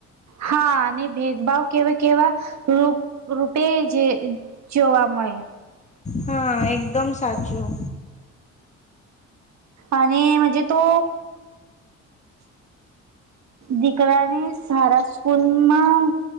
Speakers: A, on the right; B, on the left.
A: હા અને ભેદભાવ કેવાં કેવાં રૂ રૂપે જે જોવા મળે
B: હા એકદમ સાચું
A: અને આજે તો દીકરાને સારા સ્કૂલમાં